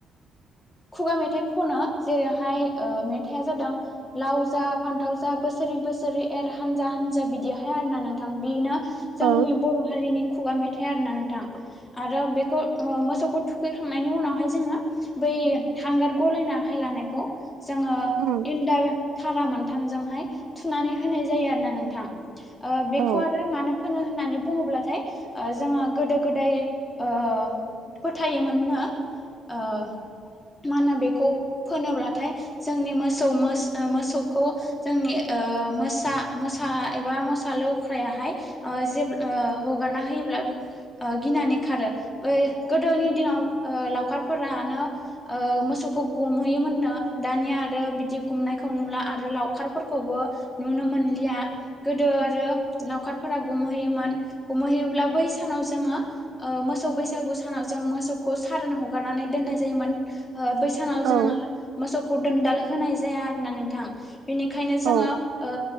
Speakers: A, on the left (about 20°); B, on the right (about 85°).
A: खुगा मेथाइ खनो जेरैहाय ओ मेथाइया जादों लाव जा फान्थाव जा बोसोर सोरै बोसोरै एर हानजा हानजा बिदिहाय आरोना नोंथां बेनो
B: औ
A: जोंनि बर' हारिनि खुगा मेथाइ थाइ आरोना नोंथां आरो बेखौ मोसौखौ थुखैखांनायनि उनावहाय जोङो बै हांगार गलायनाहाय लानायखौ जोङो
B: उम
A: इन्डार थारामोन मोनथाम जोंहाय थोनानै होनाय जायो आरोना नोंथां ओ बेखौ
B: औ
A: आरो मानो फोनो होननानै बुङोब्लाथाय ओ जोङो गोदो गोदाय ओ फोथायोमोननो ओ
B: <inaudible>
A: मा होनो बेखौ फोनोब्लाथाय जोंनि मोसौ मोसौ मोसौखौ जोंनि ओ ओ मोसा मोसा एबा मोसा लख्रायाहाय जेब्ला ओ हगारना होयोब्ला ओ गिनानै खारो बे गोदोनि दिनाव लावखारफोरानो ओ मोसौखौ गुमहैयोमोननो दानिया आरो बिदि गुमनायखौ नुला आरो लावखारफोरखौ खौबो नुनो मोनलिया गोदो आरो लावखारफोरा गुमहैयोमोन गमहैयो अब्ला बै सानाव जोङो ओ मोसौ बैसागु सानाव जों मोसौखौ सारोन हगारनानै दोननाय जायोमोन ओ बै सानाव
B: औ
A: जोङो मोसौखौ दोनदाल होनाय जाया आरोना नोंथां बेनिखायनो जोङो
B: औ
A: ओ